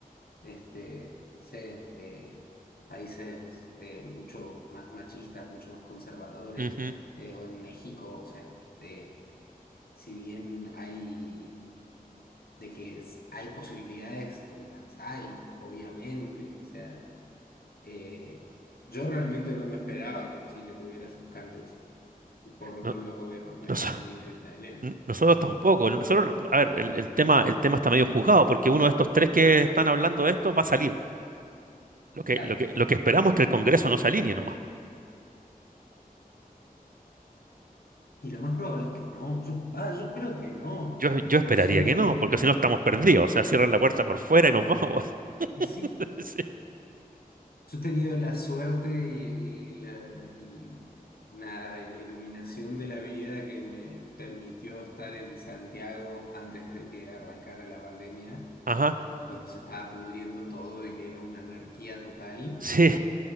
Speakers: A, on the left; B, on the right.
A: este, no sé, eh, países eh, mucho más machistas, mucho más conservadores,
B: Ujú.
A: eh, o en México, o sea... eh, si bien hay de que es- hay posibilidades, las hay, obviamente. O sea, eh, yo realmente no me esperaba que Chile tuviera esos cambios por
B: No-
A: los gobiernos que venía
B: noso-
A: teniendo y tal. Era
B: n-
A: como,
B: nosotros tampoco. No, Nosotros, a ver, el, el tema, el tema está medio juzgado, porque uno de estos tres que están hablando de esto va a salir. Lo que,
A: Claro.
B: lo que, lo que esperamos es que el Congreso no se alinee nomás.
A: Y lo más probable es que no. Yo, va, yo creo que no.
B: Yo, yo
A: No
B: esperaría
A: sé,
B: que
A: yo.
B: no, porque si no estamos perdidos. O sea, cierran la puerta por fuera y nos <laughs> vamos.
A: Y sí,
B: <laughs> Sí.
A: yo he tenido la suerte y, y la, y nada, y la iluminación de la vida que me permitió estar en Santiago antes de que arrancara la pandemia.
B: Ajá,
A: cuando se estaba pudriendo todo y que era una anarquía total,
B: sí,